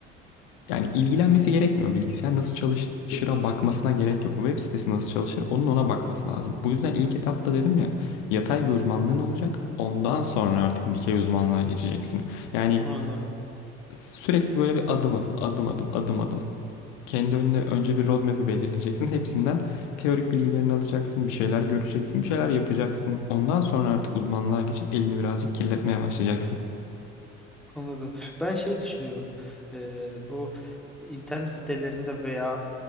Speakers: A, on the left (about 60°); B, in the centre.
A: Yani ilgilenmesi gerekmiyor. Bilgisayar nasıl çalışır'a bakmasına gerek yok. Web sitesi nasıl çalışır onun ona bakması lazım. Bu yüzden ilk etapta dedim ya yatay bir uzmanlığın olacak. Ondan sonra artık dikey uzmanlığa geçeceksin. Yani
B: Anladım.
A: sürekli böyle bir adım adım adım adım adım adım. Kendi önüne önce bir roadmap'i belirleyeceksin. Hepsinden teorik bilgilerini alacaksın. Bir şeyler göreceksin. Bir şeyler yapacaksın. Ondan sonra artık uzmanlığa geçip elini birazcık kirletmeye başlayacaksın.
B: Anladım. Ben şey düşünüyorum. e, bu internet sitelerinde veya